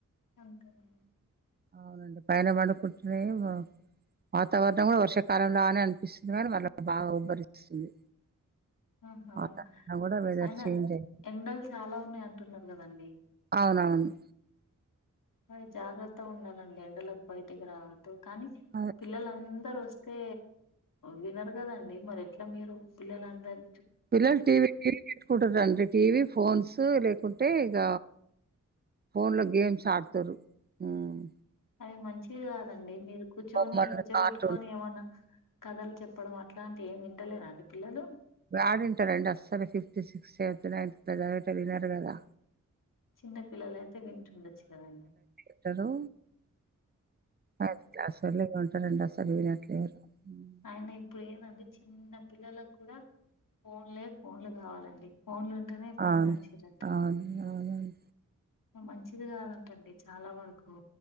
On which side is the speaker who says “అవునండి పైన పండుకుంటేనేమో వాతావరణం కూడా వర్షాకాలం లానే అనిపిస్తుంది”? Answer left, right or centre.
Right